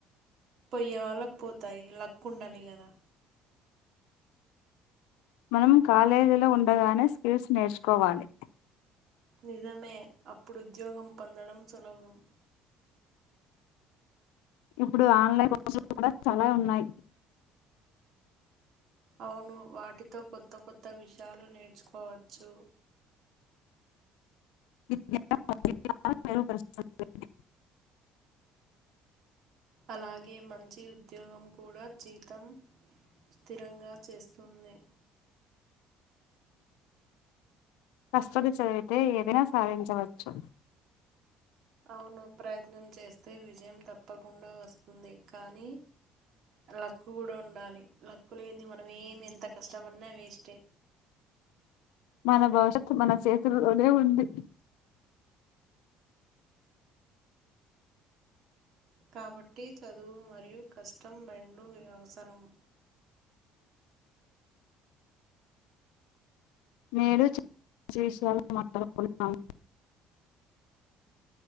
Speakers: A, on the right; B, on the left.
A: పోయ్యే వాళ్ళకు పోతాయి. లక్ ఉండాలి కదా!
B: మనం కాలేజీలో ఉండగానే, స్కిల్స్ నేర్చుకోవాలి.
A: నిజమే. అప్పుడు ఉద్యోగం పొందడం సులభం.
B: ఇప్పుడు ఆన్లైన్ కోర్సులు కూడా చాలా ఉన్నాయి
A: అవును వాటితో కొత్త కొత్త విషయాలు నేర్చుకోవచ్చు
B: <inaudible>
A: అలాగే మంచి ఉద్యోగం కూడా జీతం స్థిరంగా చేస్తుంది
B: కష్టపడి చదివితే ఏదైనా సాధించవచ్చు
A: అవును ప్రయత్నం చేస్తే విజయం తప్పకుండా వస్తుంది కానీ లక్కు కూడా ఉండాలి లక్ లేని మనం ఏమి ఎంత కష్టపడినా వేస్టే
B: మన భవిష్యత్ మన చేతుల్లోనే ఉంది
A: కాబట్టి చదువు మరియు కష్టం రెండు ఇగ అవసరం
B: నేడు <unintelligible> విషయాలను మాట్లాడుకున్నాం